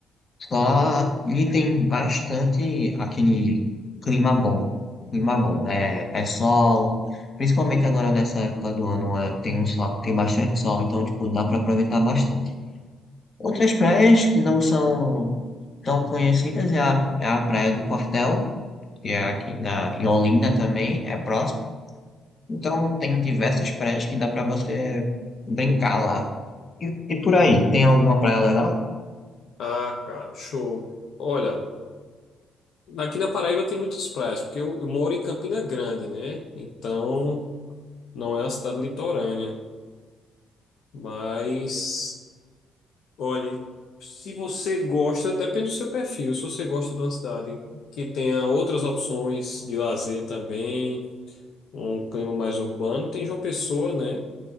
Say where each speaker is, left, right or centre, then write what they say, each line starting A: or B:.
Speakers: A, on the left; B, on the left.
A: Só ele tem bastante aquele clima bom. Clima bom. É, é sol. Principalmente agora nessa época do ano, é, tem um sol, tem bastante sol, então tipo, dá para aproveitar bastante. Outras praias que não são tão conhecidas é a, é a Praia do Quartel, que é aqui na, em Olinda também, é próximo. Então tem diversas praias que dá para você brincar lá. E, e por aí, tem alguma praia legal?
B: Ah, cara, show. Olha, aqui na Paraíba tem muitas praias, porque eu eu moro em Campina Grande, né? Então. Não é uma cidade litorânea, mas olhe, se você gosta, depende do seu perfil. Se você gosta de uma cidade que tenha outras opções de lazer também, um clima mais urbano, tem João Pessoa, né?